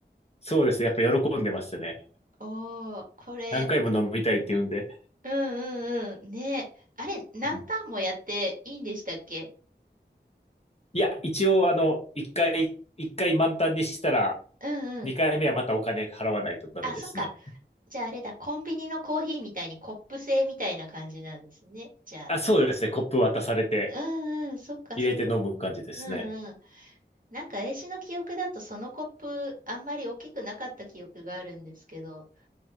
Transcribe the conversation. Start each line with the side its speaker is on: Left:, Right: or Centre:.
Left: そうですね。やっぱ喜んでましたね。
Right: おー、これ。
Left: 何回も飲みたいって言うんで。
Right: うんうんうん。ねあれ、何ターンもやっていいんでしたっけ
Left: うんいや、一応、あの、一回、一回満タンにしたら、
Right: うんうん。
Left: 二回目はまたお金払わないとダメですね。
Right: あ、そっか。じゃああれだ、コンビニのコーヒーみたいにコップ製みたいな感じなんですね。じゃあ。
Left: あ、そうですね。コップ渡されて、
Right: うんうん、そっかそっか。
Left: 入れて飲む感じですね。
Right: うんうん。なんか、絵師の記憶だとそのコップ、あんまり大きくなかった記憶があるんですけど、